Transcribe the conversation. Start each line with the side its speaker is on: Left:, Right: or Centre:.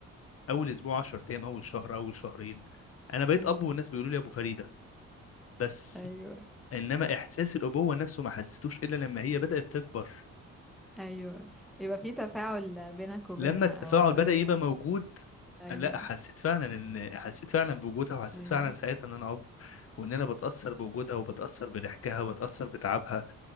Left: اول اسبوع 10 ايام اول شهر اول شهرين انا بقيت
Centre: امم
Left: اب والناس بيقولوا لي ابو فريده بس
Centre: ايوه
Left: انما احساس الابوه نفسه ما حسيتوش الا لما هي بدات تكبر
Centre: ايوه يبقى في تفاعل بينك وبينها
Left: لما التفاعل
Centre: او هي
Left: بدأ يبقى موجود
Centre: ايوه
Left: لا حسيت فعلا ان حسيت فعلا بوجودها وحسيت
Centre: ايوه
Left: فعلا ساعتها ان انا اب وان انا بتأثر بوجودها وبتأثر بضحكها وبتأثر بتعبها